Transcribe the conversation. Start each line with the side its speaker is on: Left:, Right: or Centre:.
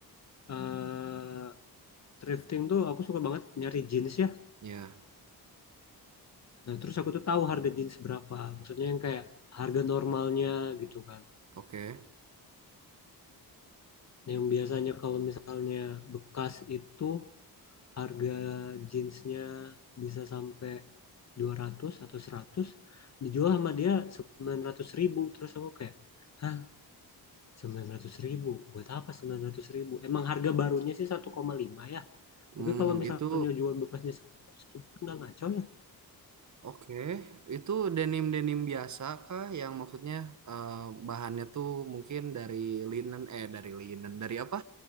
Left: eh thrifting tuh aku suka banget nyari jeans ya.
Right: Ya,
Left: Nah, terus aku tuh tahu harga jeans berapa. Maksudnya yang kayak harga normalnya gitu kan.
Right: oke.
Left: Nah, Yang biasanya kalau misalnya bekas itu harga jeansnya bisa sampai 200 atau 100, dijual sama dia 900 ribu. Terus aku kayak Hah, 900 ribu? Buat apa 900 ribu? Emang harga barunya sih satu koma lima ya?
Right: Hmm,
Left: Tapi kalau misalnya
Right: itu
Left: jual bekasnya nggak ngaco ya.
Right: Oke, itu denim-denim biasa kah? Yang maksudnya eh, bahannya tuh mungkin dari linen, eh dari linen, dari apa?